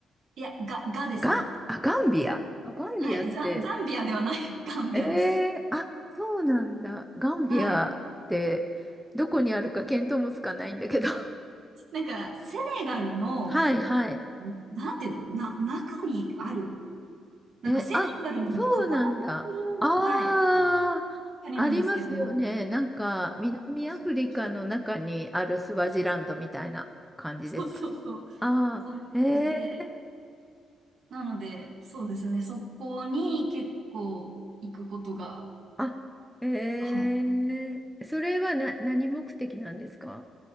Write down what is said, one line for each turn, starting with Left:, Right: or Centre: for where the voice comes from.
Right: いや、ガ、ガですね。
Centre: ガン、あ、ガンビアあ、ガンビアって、
Right: はい、ザ、ザンビアではない、<laughs> ガンビアです。
Centre: えー、あ、そうなんだ。ガンビアって、
Right: はい。
Centre: どこにあるか見当もつかないんだけど。<laughs>
Right: なんか、セネガルの、
Centre: はい、はい。
Right: なんていうの、な、中にある、なんかセネガルに囲まれてる、
Centre: え、あ、そうなんだ。ああ、
Right: はい、国なんですけど、
Centre: ありますよね。
Right: そ
Centre: なんか、南アフリカの中にあるスワジランドみたいな感じですかね。
Right: うそうそう、そうそうそう、
Centre: ああ、
Right: そんな感じで、
Centre: へえ。
Right: なので、そうですね、そこに結構行くことが、
Centre: あ、へえ。
Right: はい。
Centre: それはな、何目的なんですか